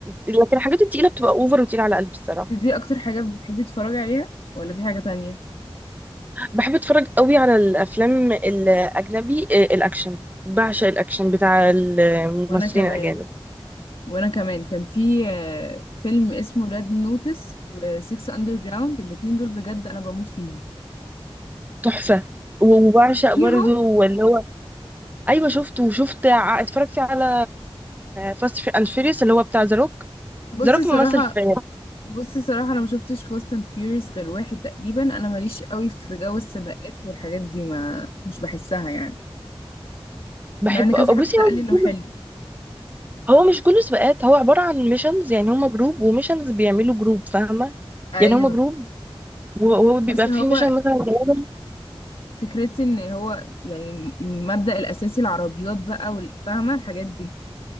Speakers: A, on the right; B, on the left.
A: لكن الحاجات التقيله بتبقى اوفر وتقيله على قلبي الصراحه
B: دي اكتر حاجة بتحبي تتفرجي عليها ولا في حاجة تانية
A: بحب اتفرج قوي على الافلام الاجنبي آه، الاكشن بعشق الاكشن بتاع الممثلين
B: وانا كمان
A: الاجانب
B: وانا كمان كان في آه، فيلم اسمه ريد نوتس وسيكس اندر جراوند الاتنين دول بجد انا بموت فيهم
A: تحفه وبعشق
B: فيهم
A: برضو اللي هو ايوه شفته وشفت ع- اتفرجت على فاست اند فيريوس اللي هو بتاع ذا روك
B: بصي
A: ذا روك
B: صراحة
A: ممثل في
B: بصي صراحة انا ما شفتش فاست اند فيوريوس غير واحد تقريبا انا ماليش قوي في جو السباقات والحاجات دي ما مش بحسها يعني
A: بحبه
B: مع ان كذا
A: أوي.
B: حد
A: بصي
B: قال
A: هو
B: لي انه حلو
A: هو مش كله سباقات هو عباره عن ميشنز يعني هما جروب وميشنز بيعملوا جروب فاهمه
B: ايوه
A: يعني هما جروب و- وهو بيبقى
B: بس هو
A: فيه ميشن مثلا جايبهم
B: فكرتي ان هو يعني مبدأ الاساسي العربيات بقى والفاهمة الحاجات دي